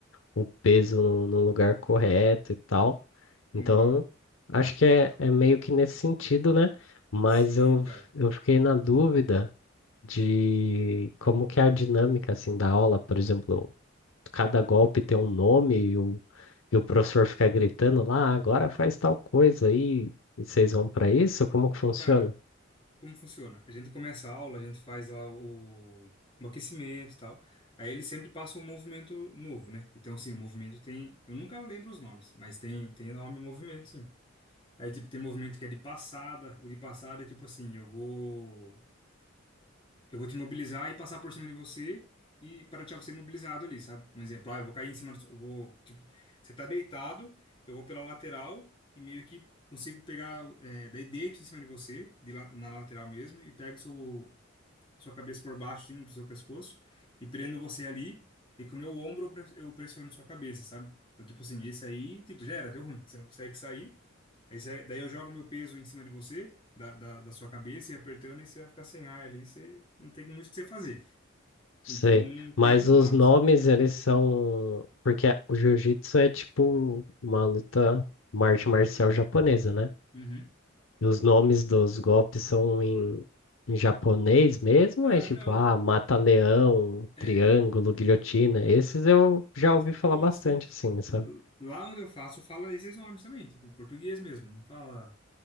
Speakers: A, on the left; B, on the left.
A: o peso no, no lugar correto e tal. Então,
B: uhum.
A: acho que é, é meio que nesse sentido, né? Mas
B: Sim,
A: eu,
B: cara.
A: eu fiquei na dúvida de como que é a dinâmica, assim, da aula, por exemplo. cada golpe ter um nome e o, e o professor ficar gritando lá, "Ah, agora faz tal coisa aí, e vocês vão para isso? Como que funciona?
B: Cara, como funciona? A gente começa a aula, a gente faz lá o, o aquecimento e tal. Aí eles sempre passam um movimento novo, né? Então, sim, o movimento tem. Eu nunca lembro os nomes, mas tem, tem nome e movimento, sim. Aí, tipo, tem movimento que é de passada. O de passada é tipo assim: eu vou. eu vou te imobilizar e passar por cima de você e para deixar você imobilizado ali, sabe? Um exemplo, ah, eu vou cair em cima do, eu vou, tipo, você tá deitado, eu vou pela lateral e meio que consigo pegar, é, daí deito em cima de você, de la- na lateral mesmo, e pego seu, sua cabeça por baixo, assim, do seu pescoço, e prendo você ali, e com o meu ombro eu pres- eu pressiono sua cabeça, sabe? Então, tipo assim, esse aí, tipo, já era, deu ruim, você não consegue sair. Aí você- daí eu jogo meu peso em cima de você, da, da, da sua cabeça, e apertando, e você vai ficar sem ar ali, você não tem muito o que você fazer.
A: Sei,
B: Então,
A: mas
B: tem os
A: os
B: nomes.
A: nomes eles são. Porque o jiu-jitsu é tipo uma luta, uma arte marcial japonesa, né?
B: Uhum.
A: E os nomes dos golpes são em, em japonês mesmo,
B: Cara,
A: é tipo,
B: não.
A: ah, mata-leão,
B: É,
A: triângulo, guilhotina. Esses eu já ouvi falar
B: sim,
A: bastante,
B: sim.
A: assim, sabe?
B: Lá lá onde eu faço, fala esses nomes também, tipo, em português mesmo, não fala.